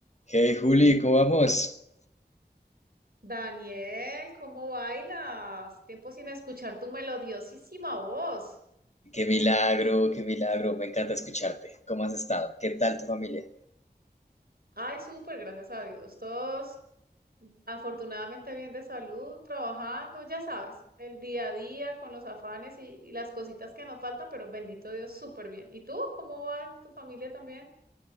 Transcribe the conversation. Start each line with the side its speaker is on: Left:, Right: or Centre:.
Left: Hey Juli, ¿cómo vamos?
Right: Daniel, ¿cómo bailas? Tiempo sin escuchar tu melodiosísima voz.
Left: Qué milagro, qué milagro, me encanta escucharte. ¿Cómo has estado? ¿Qué tal tu familia?
Right: Ay, súper, gracias a Dios. Todos afortunadamente bien de salud, trabajando, ya sabes, el día a día con los afanes y, y las cositas que nos faltan, pero bendito Dios, súper bien. ¿Y tú? ¿Cómo va tu familia también?